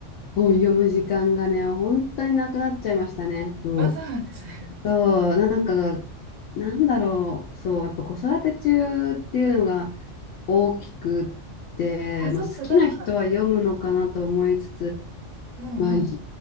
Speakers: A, on the left; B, on the right.
A: 本読む時間がね、本当になくなっちゃいましたね。もう。
B: あ、そうなんですね。
A: そう、なんか、なんだろう、そう、やっぱ子育て中っていうのが大きくって、
B: あ、そっかそっか。
A: まあ、好きな人は読むのかなと思いつつ、
B: うんうん。
A: まあ、い